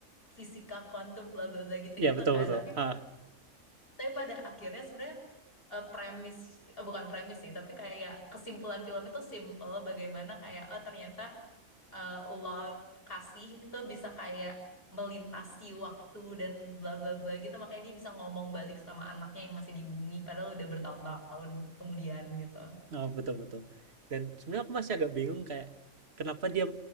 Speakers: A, on the left; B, on the right.
A: fisika kuantum bla bla bla gitu-gitu
B: iya betul
A: kan,
B: betul,
A: tapi
B: heeh,
A: tapi pada akhirnya sebenarnya eh, premis eh, bukan premis sih tapi kayak kesimpulan film itu simple bagaimana kayak oh ternyata eh, love kasih itu bisa kayak melintasi waktu dan bla bla bla gitu makanya dia bisa ngomong balik sama anaknya yang masih di bumi padahal udah bertahun-tahun kemudian gitu.
B: heeh, betul betul. Dan sebenarnya aku masih agak bingung kayak kenapa dia